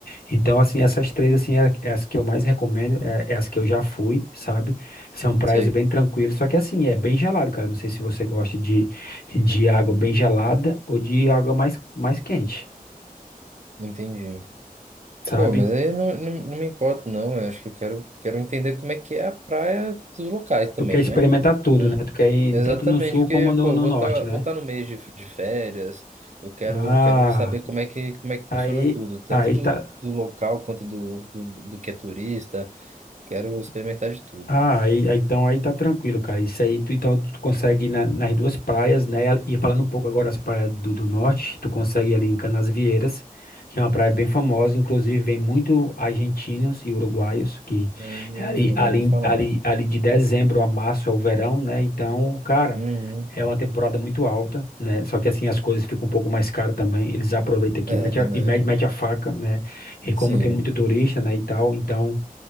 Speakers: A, on the left; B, on the right.
A: Então, assim, essas três, assim, é, é as que eu mais recomendo, é, é as que eu já fui, sabe? São praias
B: sei,
A: bem tranquilas, só que assim, é bem gelado, cara. Não sei se você gosta de, de água bem gelada ou de água mais, mais quente,
B: entendi.
A: sabe?
B: Pô, mas aí eu não, não, não me importo, não. Eu acho que eu quero, quero entender como é que é a praia dos locais também,
A: Tu quer experimentar
B: né?
A: tudo,
B: Não-
A: né? Tu quer ir
B: exatamente,
A: tanto no sul
B: porque,
A: como no,
B: pô, eu
A: no
B: vou
A: norte,
B: estar
A: né?
B: vou tá no mês de, de férias, eu quero,
A: Ah,
B: quero saber como é que, como é que
A: aí,
B: funciona tudo, tanto
A: aí
B: do,
A: tá.
B: do local quanto do, do, do que é turista. Quero experimentar de tudo.
A: Ah, aí, aí- então aí tá tranquilo, cara. Isso aí, tu, então tu consegue ir na- nas duas praias, né? E falando um pouco agora das praias do, do norte, tu consegue ir ali em Canasvieiras, que é uma praia bem famosa, inclusive vem muito argentinos e uruguaios, que
B: Hum,
A: é ali, ali,
B: já ouvi falar.
A: ali, ali de dezembro a março é o verão, né? Então, cara,
B: Uhum.
A: é uma temporada muito alta, né? Só que assim as coisas ficam um pouco mais caras também. Eles aproveitam aqui
B: É
A: e mete
B: verdade.
A: a- e mete, mete a faca, né? E como
B: Sim,
A: tem muito turista, né, e tal, então.